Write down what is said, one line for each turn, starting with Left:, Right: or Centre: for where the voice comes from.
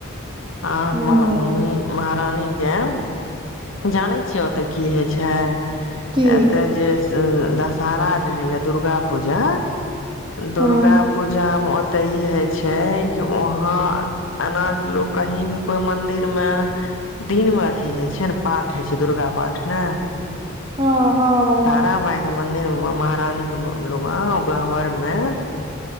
Left: आह
Right: ह
Left: महारानी नी केँ जानै छिय ओतऽ की होइ छै
Right: की
Left: एतऽ जे उ दशहरा जे होइए दुर्गा पूजा दुर्गा
Right: हँ
Left: पूजा मे ओते ई हय छै छै कि वहाँ अनाज लोक कहीं भी कोइ मंदिर मे दिन मे अथी हर छै ने पठ होइ छै दुर्गा पाठ ने
Right: हँ हँ बहिन
Left: तारामाय मंन्दिर मे महारानी के लग गबरमे